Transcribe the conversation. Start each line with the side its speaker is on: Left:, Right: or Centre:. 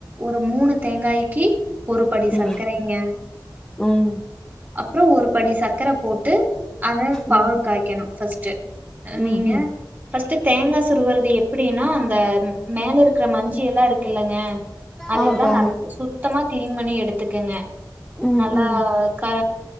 Right: ஒரு மூணு தேங்காய்க்கு ஒரு படி
Centre: ம்
Right: சக்கரைங்க
Centre: ம்
Right: அப்பறோ ஒரு படி சக்கர போட்டு அத பாகு
Centre: ம்
Right: காய்க்கணும் ஃபஸ்ட்டு அ
Centre: ம்
Right: நீங்க
Centre: ம்
Right: ஃபஸ்ட்டு தேங்கா சுருவருது எப்டின்னா அந்த மேல இருக்கற மஞ்சி எல்லாம் இருக்கு இல்லங்க அதையெல்லாம்
Centre: ஆமாப்பா
Right: நா சுத்தமா கிளீன் பண்ணி எடுத்துக்கங்க
Centre: ம்
Right: நல்லா
Centre: ம்
Right: க